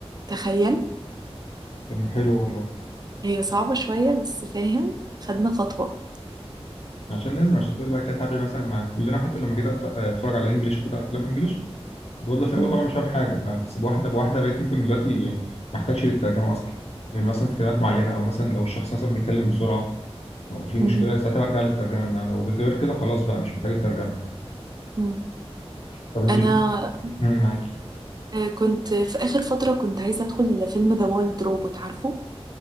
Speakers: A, on the right; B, on the left.
A: تخيل
B: طب ما حلو والله
A: هي صعبة شوية بس فاهم خدنا خطوة
B: عشان لازم عشان تقولي بقى كده تعبي مثلا مع كلنا حتى لما جيت أبت- اتفرج على انجلش وكده افلام انجلش كنت ببدا في الاول
A: مم.
B: طبعا مش فاهم حاجه بقى بس بواحده بواحده بقيت ممكن دلوقتي ما احتاجش للترجمه اصلا لان مثلا في كلمات معينه او مثلا لو الشخص مثلا بيتكلم بسرعه او في
A: مم.
B: مشكله ساعتها برجع للترجمه انما لو غير كده خلاص بقى مش محتاج الترجمه
A: مم.
B: طب انت
A: انا
B: شوف مم، معاكي
A: آه، كنت في آخر فترة كنت عايزة أدخل فيلم ذا وايلد روبوت عارفه